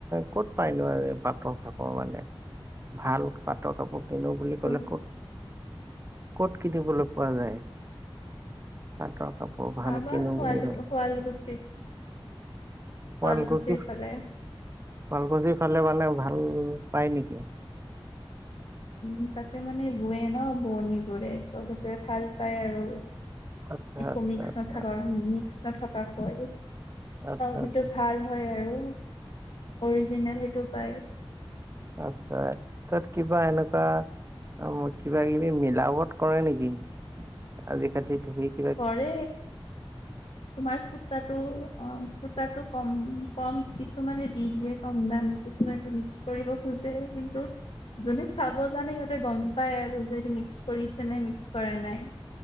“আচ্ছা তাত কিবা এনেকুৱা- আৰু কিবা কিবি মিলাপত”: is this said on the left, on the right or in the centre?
Right